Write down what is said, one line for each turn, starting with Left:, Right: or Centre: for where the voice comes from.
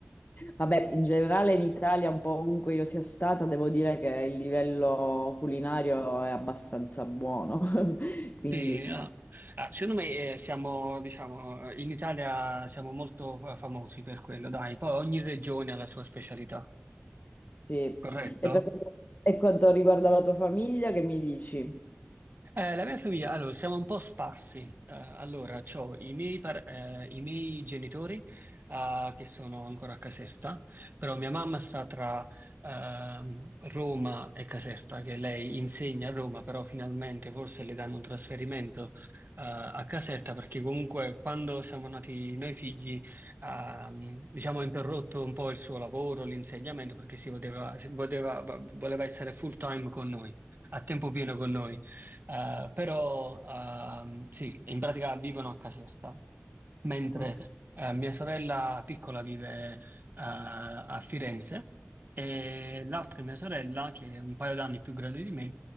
Left: Vabbè, in generale in Italia, un po' ovunque io sia stata, devo dire che il livello culinario è abbastanza buono, <laughs> quindi
Right: Sì, ah. Ah, secondo me eh, siamo, diciamo, in Italia siamo molto fa- famosi per quello, dai. Poi ogni regione ha la sua specialità,
Left: sì.
Right: corretto?
Left: E per e quanto riguarda la tua famiglia, che mi dici?
Right: Eh, la mia famiglia, allora, siamo un po' sparsi. Eh, allora, c'ho i miei, par- eh, i miei genitori, eh, che sono ancora a Caserta, però mia mamma sta tra, ehm, Roma e Caserta, che lei insegna a Roma, però finalmente forse le danno un trasferimento, eh, a Caserta, perché comunque quando siamo nati noi figli, ehm, diciamo, ha interrotto un po' il suo lavoro, l'insegnamento, perché si poteva, si poteva- voleva essere full time con noi, a tempo pieno con noi. Eh, però ehm, sì, in pratica vivono a Caserta, mentre
Left: Ok.
Right: eh, mia sorella piccola vive eh, a Firenze e l'altra mia sorella, che è un paio d'anni più grande di me,